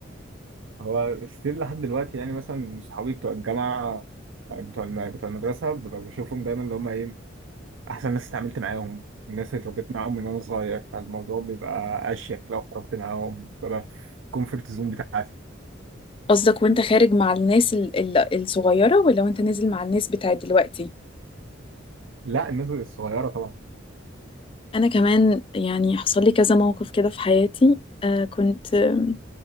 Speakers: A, on the right; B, on the left.
A: هو ستيل لحد دلوقتي يعني مثلا صحابي بتوع الجامعه بتوع الم- بتوع المدرسه ببقى بشوفهم دايما اللي هم ايه احسن ناس اتعاملت معاهم الناس اللي اتربيت معاهم من وانا صغير فالموضوع بيبقى اشيك لو خرجت معاهم ببقى في الكومفورت زون بتاعتي
B: قصدك وانت خارج مع الناس ال- ال- الصغيرة ولا وانت نازل مع الناس بتاعت دلوقتي
A: لا الناس الصغيره طبعا
B: انا كمان يعني حصل لي كذا موقف كده في حياتي آه كنت آه